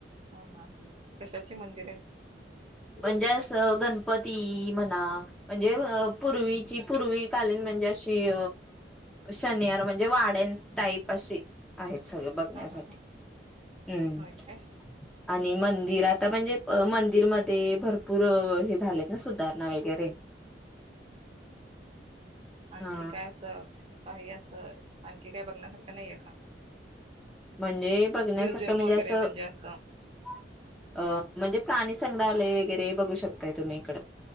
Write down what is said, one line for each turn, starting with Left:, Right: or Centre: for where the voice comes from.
Right: हा हा कशाची मंदिर आहेत?
Centre: म्हणजे असं गणपती म्हणा म्हणजे पूर्वीची
Right: हं हं.
Centre: पूर्वी कालीन म्हणजे अशी शनियार म्हणजे वाड्यांनस टाईप अशी आहेत. सगळे बघण्यासाठी
Right: हा हा ह
Centre: हुं.
Right: होय काय
Centre: आणि मंदिर आता
Right: एक
Centre: म्हणजे मन. मंदिरमध्ये भरपूर हे झालेत ना सुधारणा वगैरे.
Right: आणखी
Centre: हा
Right: काय असं. काही असं आणखी काय बघण्यासारखं नाही आहे का
Centre: म्हणजे बघण्यासारखं
Right: म्युझियम
Centre: म्हणजे
Right: वगैरे
Centre: अस अ
Right: असं
Centre: म्हणजे प्राणी संग्रहालय वगरे बघू शकताय तुम्ही इकंड